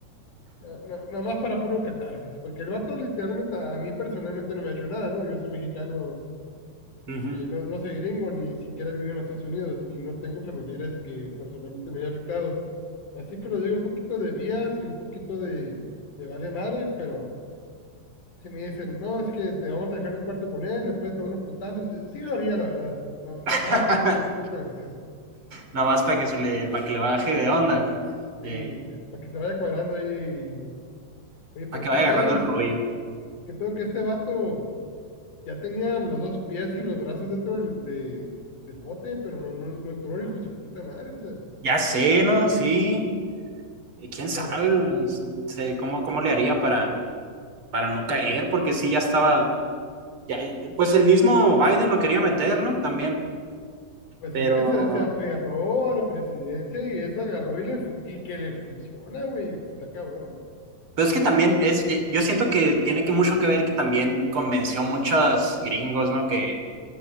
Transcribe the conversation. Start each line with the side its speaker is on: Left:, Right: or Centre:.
Left: na- na- nada más para puro catarsis, porque el vato literalmente a mí personalmente no me ha hecho nada, ¿no? Yo soy mexicano,
Right: Ujú.
Left: eh, no, no soy gringo, ni siquiera he vivido en los Estados Unidos y no tengo familiares que personalmente me haya afectado. Así que lo digo un poquito de vías y un poquito de, de vale madre, pero si me dicen, no, es que te vamos a dejar un cuarto con él, le puedes pegar unos putazos, sí sí lo haría, la verdad. No, nomás
Right: <laughs>
Left: para que se le quite lo gracioso.
Right: Nada más para que se le, para que le baje de onda,
Left: Sí,
Right: eh,
Left: para que se vaya cuadrando ahí. Oye, pero
Right: para que
Left: qué
Right: vaya
Left: pedos,
Right: agarrando el rollo.
Left: qué pedo que este vato ya tenía los dos pies y los brazos dentro del, de- del bote, pero no, no, no entró, hijo de su puta madre, o sea,
Right: Ya sé, ¿no? Sí. Y quién
Left: está
Right: sabe,
Left: cabrón.
Right: no sé, cómo, cómo le haría para, para no caer, porque sí, ya estaba, ya, pues el mismo Biden lo quería meter, ¿no? También,
Left: Pues
Right: pero
Left: es que se, se aferró a la presidencia y eso agarró y, le fu- y que le funciona, güey, está cabrón.
Right: Pero es que también es, eh, yo siento que tiene que mucho que ver que también convenció muchos gringos, ¿no? Que,